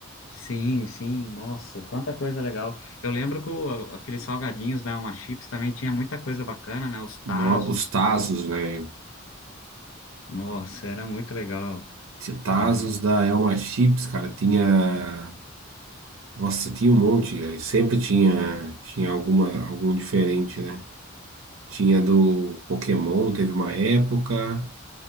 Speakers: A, on the left; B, on the right.
A: Sim, sim, nossa, quanta coisa legal. Eu lembro que o- aqueles salgadinhos da Uma Chips também tinha muita coisa bacana, né? Os Tazos,
B: No- Os Tazos, velho.
A: nossa, era muito legal.
B: Tinha Tazos
A: É.
B: da Elma Chips, cara, tinha. Nossa, tinha um monte, velho. Sempre tinha, tinha alguma, algum diferente, né? Tinha do Pokémon, teve uma época.